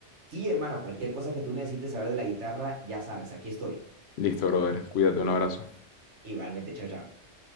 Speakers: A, on the right (about 85°); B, on the left (about 70°).
A: Sí, hermano, cualquier cosa que tú necesites saber de la guitarra, ya sabes, aquí estoy.
B: Listo, brother. Cuídate, un abrazo.
A: Igualmente, chao, chao.